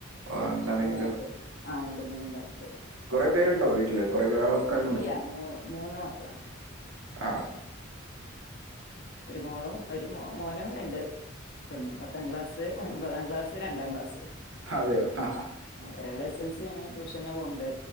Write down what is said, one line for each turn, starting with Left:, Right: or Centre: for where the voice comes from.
Right: ആ എന്താണെങ്കിലും
Left: നേരത്ത് ആ എന്തെങ്കിലും ഉണ്ടാക്കേണ്ടി വരും
Right: കൊറേ പേരുണ്ടോ വീട്ടില് കൊറേ ആൾക്കാരുണ്ടോ
Left: ഇല്ല മൂ മൂന്ന് മക്കളാണ്
Right: ആ
Left: ഒരു മോളും ഒരു മോനും രണ്ട് പെണ്ണും പത്താം ക്ലാസ്സ്‌ ഒമ്പതാം ക്ലാസ്സ്‌ രണ്ടാ ക്ലാസ്സ്‌
Right: അതെയോ ഹ ഹ
Left: ഒരാള് എസെൽ സി ആണ് ട്യൂഷന് പോവ്ണ്ട്